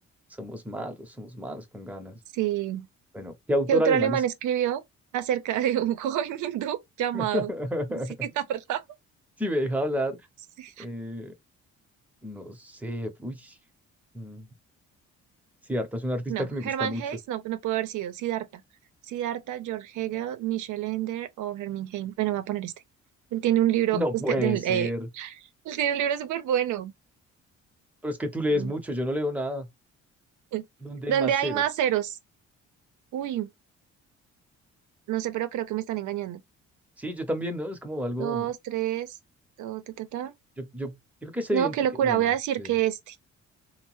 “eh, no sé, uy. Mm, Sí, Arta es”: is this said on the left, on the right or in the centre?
Centre